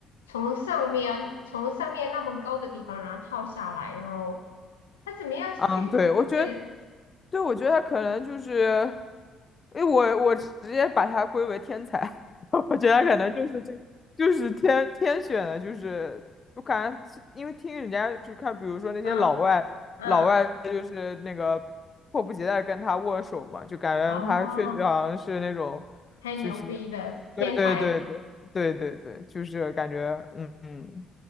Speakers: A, on the left; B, on the left.
A: 从上面从上面那么高的地方，然后跳下来，然后他怎么样去阻止？
B: 嗯，对，我觉得，对，我觉得他可能就是，因为我我直接把他归为天才，<laughs> 我觉得他可能就是这，就是天天选的，就是我感觉其因为听人家就看，比如说那些老外，
A: 嗯嗯，
B: 老外就是那个迫不及待跟他握手嘛，就感觉他确实好像是那种，
A: 哦，太牛逼了，
B: 就是
A: 天才。
B: 对对对对对对对，就是感觉嗯嗯